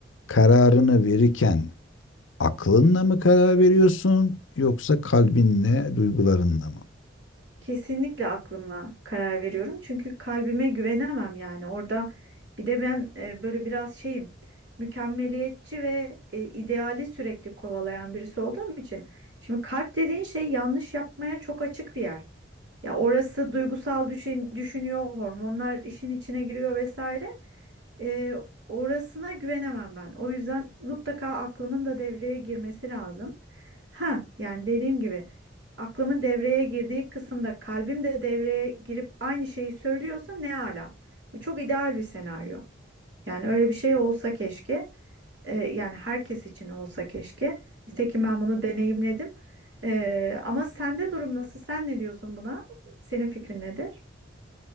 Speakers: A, on the left; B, on the right.
A: kararını verirken aklınla mı karar veriyorsun yoksa kalbinle, duygularınla mı?
B: Kesinlikle aklıma karar veriyorum. Çünkü kalbime güvenemem yani. Orada bir de ben e, böyle biraz şeyim, mükemmeliyetçi ve e, ideali sürekli kovalayan birisi olduğum için. Şimdi kalp dediğin şey yanlış yapmaya çok açık bir yer. Ya orası duygusal düşün, düşünüyor, hormonlar işin içine giriyor vesaire. Ee, orasına güvenemem ben. O yüzden mutlaka aklımın da devreye girmesi lazım. Ha, yani dediğim gibi aklımın devreye girdiği kısımda kalbim de devreye girip aynı şeyi söylüyorsa ne ala. Bu çok ideal bir senaryo. Yani öyle bir şey olsa keşke. Ee, yani herkes için olsa keşke. Nitekim ben bunu deneyimledim. Ee, ama sende durum nasıl? Sen ne diyorsun buna? Senin fikrin nedir?